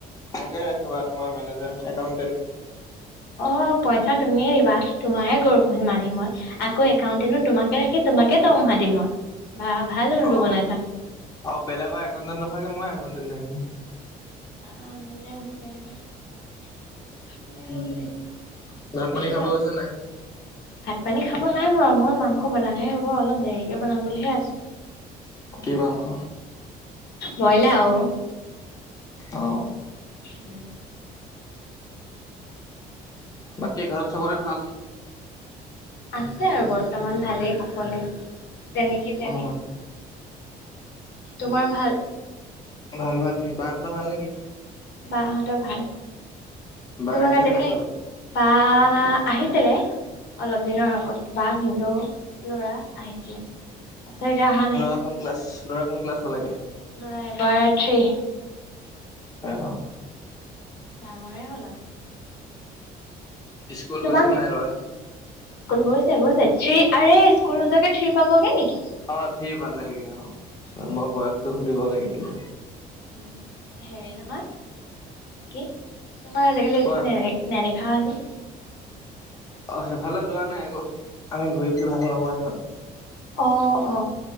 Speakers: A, on the left; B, on the left.
A: মোকে ৰাখিবা তোমাৰ মেনেজাৰ একাউন্টেণ্ট।
B: অ পইচা তুমিয়ে দিবা তোমাৰে গৰুৰ পুহি ম আাধি মই আক একাউণ্টে ৰাহি তোমাকে ৰাখে তোমাক তোকেইেতোহা দৰমহা দিম মই। বা ভাল উলো
A: অ
B: বনাইছা মোকো
A: আৰু বেলেগৰ একনজন নহয়গে মই াইে <unintelligible>
B: আ বলেে উবলে <unintelligible> বেলেগাও
A: উম,
B: দ
A: ভাত
B: বেলেগাও
A: পানী খাব গৈছা নাই?
B: পানী খাব নাই বাৰ আৰু মই মাংস বনালেহে হ'ব অলপ দেৰিকে বনাম বুলিহে আছো।
A: কি মাংস?
B: ব্ৰইলা অ
A: অ!
B: উম!
A: বাকী ঘৰত চবৰে ভাল?
B: আছে আৰু বৰ্তমান ভালেই ক'বলৈ! তেনেকেই তেনেকেই
A: অ,
B: তোমাৰ ভাল?
A: ভাল ভাল বাহ খত ভাল নেকি?
B: বাহহঁতৰ ভাল
A: বা
B: তোমাক
A: আহিছে
B: আজিকালি
A: নাই ঘৰলে?
B: ব আহিছিলে অলপ দিনৰ আগত বা ভিন্দু ল'ৰা আহিছিলে। তাৰপিছত এতিয়া অহা
A: নোৱা ক ক্লাছ ল'ৰা কোন ক্লছ পালাগে।
B: ল'ৰাই এবাৰ থ্ৰী
A: আহ!
B: ডাঙৰে হ'ল আৰু
A: স্কুল
B: তোমাক
A: গৈছে নাই ল'ৰা?
B: <inaudible> স্কুল গৈছে গৈছে। থ্ৰী আৰে স্কুল নোহোৱাকৈ থ্ৰী পাবগে নেকি?
A: অ থ্ৰী পালেগে অ মই বয়সটো সুধিব লাগিছিলে।
B: উম, হেৰি নহয়। কি, তোমাক আজিকালি এইফালে
A: কোৱা
B: নে নেদেখা হলো?
A: অ, সেইফালে যোৱা নাই আকৌ, আমি ঘূৰি ফুৰি ভাল নাপাওঁ ইমান।
B: অ অ